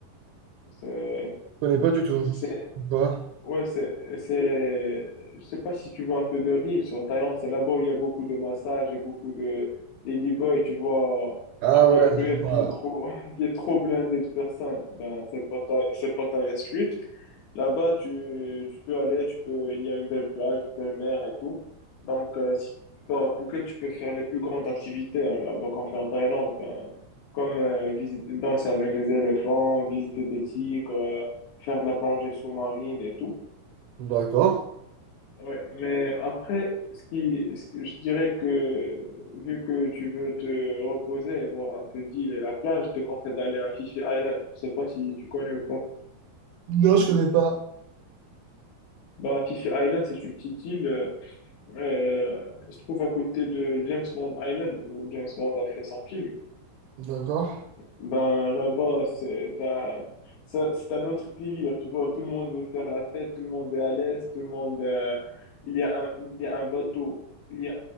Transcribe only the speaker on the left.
C'est,
c'est,
ouais, c'est, c'est, je sais pas si tu vois un peu de riz sur Thaïlande. C'est là-bas où il y a beaucoup de massages et beaucoup de ladyboys. Tu vois,
tu vois
une ruelle
qui est trop, <laughs> qui est trop blindée de personnes. Ben, c'est Pattaya, c'est Pattaya Street. Là-bas, tu, tu peux aller, tu peux, il y a une belle plage, une belle mer et tout. Donc, euh, si tu pars à Phuket, tu peux faire les plus grandes activités hein, là-bas qu'on fait en Thaïlande, ben, comme euh, visiter, danser avec les éléphants, visiter des tigres, euh, faire de la plongée sous-marine et tout.
Ouais, mais après, ce qui, ce que je dirais que vu que tu veux te reposer et voir un peu d'île et la plage, je te conseille d'aller à Phi Phi Island. Je sais pas si tu connais ou pas.
Bah, Phi Phi Island, c'est une petite île. euh, Euh, je trouve à côté de James Bond Island où James Bond a fait son film.
Ben là-bas, c'est un, c'est c'est un autre délire, tu vois. Tout le monde veut faire la fête, tout le monde est à l'aise, tout le monde. euh, il y a un, il y a un bateau, il y a,